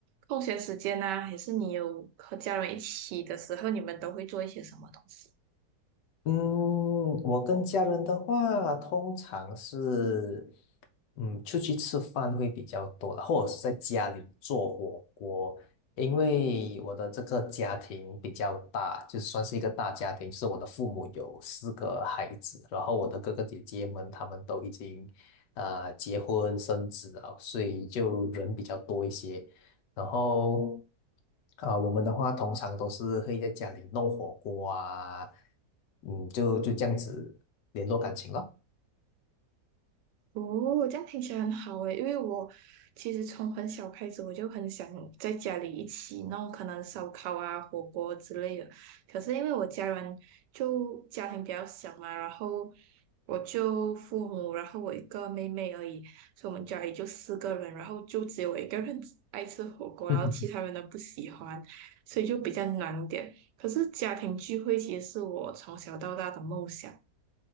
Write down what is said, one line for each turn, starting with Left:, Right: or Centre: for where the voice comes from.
Right: 空闲时间呢、还是你有和家人一起的时候，你们都会做一些什么东西？
Left: 嗯，我跟家人的话，通常是，嗯，出去吃饭会比较多了，或者是在家里做火锅。因为我的这个家庭比较大，就算是一个大家庭，就是我的父母有四个孩子，然后我的哥哥姐姐们他们都已经，呃，结婚生子了，所以就人比较多一些。然后，啊、我们的话通常都是会在家里弄火锅啊，嗯，就就这样子联络感情咯。
Right: 哦，这样听起来很好诶，因为我其实从很小开始我就很想在家里一起弄可能烧烤啊、火锅之类的。可是因为我家人就家庭比较小嘛，然后我就父母，然后我一个妹妹而已，所以我们家里就四个人，然后就只有我一个人 <laughs> 爱吃火锅，
Left: <laughs>
Right: 然后其他人都不喜欢，所以就比较难一点。可是家庭聚会其实是我从小到大的梦想。